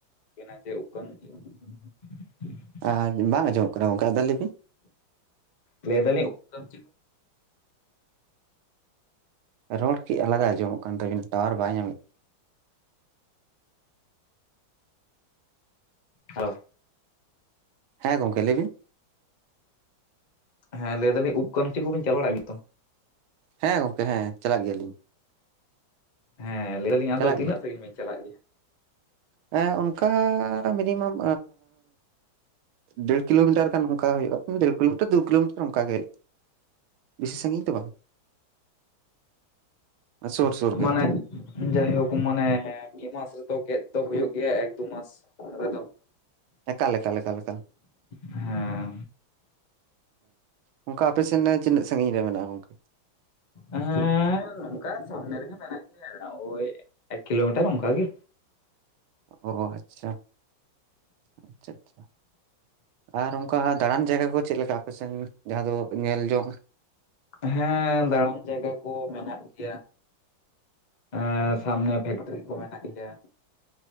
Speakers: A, on the left; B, on the right.
A: <inaudible>
B: ᱟ ᱵᱟᱝ ᱟᱸᱡᱚᱢᱚᱜ ᱠᱟᱱᱟ ᱜᱚᱝᱠᱮ ᱟᱫᱚ ᱞᱮᱵᱤᱱ
A: ᱞᱟᱹᱭ ᱫᱟᱞᱤᱧ ᱩᱵ ᱠᱟᱢᱪᱤ
B: ᱨᱚᱲ ᱠᱤ ᱟᱞᱟᱫᱟ ᱟᱡᱚᱢᱚᱜ ᱠᱟᱱ ᱛᱟᱹᱵᱤᱱᱟ ᱴᱟᱣᱟᱨ ᱵᱟᱭ ᱧᱟᱢᱮᱫ
A: ᱦᱚ
B: ᱦᱮᱸ ᱜᱚᱢᱷᱝᱠ ᱞᱟᱹᱭᱵᱤᱱ
A: ᱦᱮᱸ ᱞᱟᱹᱭ ᱫᱟᱞᱤᱧ ᱩᱵ ᱠᱟᱹᱢᱪᱤ ᱠᱚᱵᱤᱱ ᱪᱟᱞᱣᱲᱟᱜ ᱜᱮᱛᱚ
B: ᱦᱮᱸ ᱜᱚᱝᱠᱮ ᱦᱮᱸ ᱪᱟᱞᱟᱜ ᱜᱮᱭᱟᱞᱤᱧ᱾
A: ᱦᱮᱸ ᱞᱟᱹᱭ ᱫᱟᱤᱧ ᱟᱫᱚ
B: ᱪᱟᱞᱟᱜ
A: ᱛᱤᱱᱟᱹᱜ ᱥᱟᱺᱜᱤᱧ ᱵᱤᱱ ᱪᱟᱞᱟᱜ ᱜᱮᱭᱟ
B: ᱦᱮᱸ ᱚᱱᱠᱟ ᱢᱤᱱᱤᱢᱟᱢ ᱰᱮᱲ ᱠᱤᱞᱳᱢᱤᱴᱟᱨ ᱜᱟᱱ ᱚᱱᱠᱟ ᱦᱩᱭᱩᱜ-ᱟ ᱰᱮᱲ ᱠᱤᱞᱳᱢᱤᱴᱟᱨ ᱫᱩ ᱠᱤᱞᱳᱢᱤᱴᱟᱨ ᱚᱱᱠᱟ ᱜᱮ ᱵᱮᱷᱤᱥᱤ ᱥᱟᱺᱜᱤᱧ ᱫᱚ ᱵᱟᱝ ᱥᱩᱨ ᱥᱩᱨ
A: <unintelligible>
B: ᱜᱮ
A: ᱡᱟᱭᱦᱳᱠ ᱢᱟᱱᱮ ᱢᱤᱫ ᱢᱟᱥ ᱨᱮᱫᱚ ᱜᱮᱫ ᱫᱚ ᱦᱩᱭᱩᱜ ᱜᱮᱭᱟ ᱮᱠ ᱫᱩ ᱢᱟᱥ ᱨᱮᱫᱚ
B: ᱮᱠᱟᱞ ᱮᱠᱟᱞ ᱮᱠᱟᱞ ᱮᱠᱟᱞ
A: ᱦᱮᱸ
B: ᱚᱱᱠᱟ ᱟᱯᱮᱥᱮᱱ ᱪᱤᱱᱟᱹᱜ ᱥᱟᱺᱜᱤᱧ ᱨᱮ ᱢᱮᱱᱟᱜ-ᱟ ᱜᱚᱝᱠᱮ
A: ᱮᱸᱻ ᱦᱮ ᱱᱚᱝᱠᱟ ᱥᱟᱢᱱᱮ ᱨᱮᱜᱮ ᱢᱮᱱᱟᱜ ᱜᱮᱭᱟ ᱳᱭ ᱮᱠ ᱠᱤᱞᱳᱢᱤᱴᱟᱨ ᱚᱱᱠᱟᱜ ᱜᱤ
B: ᱚ ᱟᱪᱪᱷᱟ ᱟᱪᱪᱷᱟ ᱟᱪᱪᱷᱟ ᱟᱨ ᱚᱝᱠᱟ ᱫᱟᱲᱟᱱ ᱡᱟᱭᱜᱟ ᱠᱚ ᱪᱮᱫ ᱞᱮᱠᱟ ᱟᱯᱮᱥᱮᱱ ᱡᱟᱦᱟᱸ ᱫᱚ ᱧᱮᱞ ᱡᱚᱝ
A: ᱦᱮᱸᱻ ᱫᱟᱬᱟᱱ ᱡᱟᱭᱜᱟ ᱠᱚ ᱢᱮᱱᱟᱜ ᱜᱮᱭᱟ ᱮ ᱥᱟᱢᱱᱮ ᱯᱷᱮᱠᱴᱨᱤ ᱠᱚ ᱢᱮᱱᱟᱜ ᱜᱮᱭᱟ